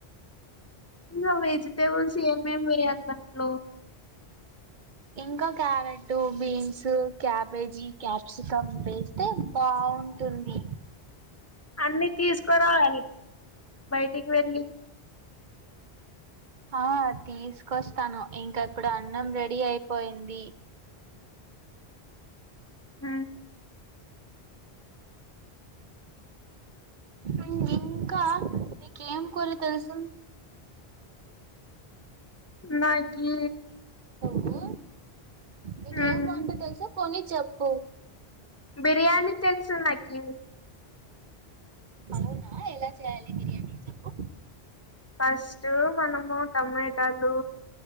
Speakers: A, on the left; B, on the right.
A: వ వెజిటెబల్స్ ఏ మేము వేయాలి దాంట్లో
B: ఇంకా క్యారెట్ బీన్స్ క్యాబేజీ క్యాప్సికం వేస్తే బాగుంటుంది
A: అన్ని తీసుకురావ బయటికి వెళ్ళి
B: ఆ తీసుకొస్తాను ఇంకా ఇప్పుడు అన్నం రెడీ అయిపోయింది
A: హ
B: ఇ ఇంకా నీకేం కురా తెలుసు
A: నాకి
B: ఓ నకేం
A: ఉమ్,
B: వాంటా తెల్సా పనీ చెప్పు
A: బిర్యానీ తెలుసు నాకి
B: అవునా ఎలా చేయాలి బిర్యానీ చెప్పు
A: ఫస్ట్ మనము టమాటాలు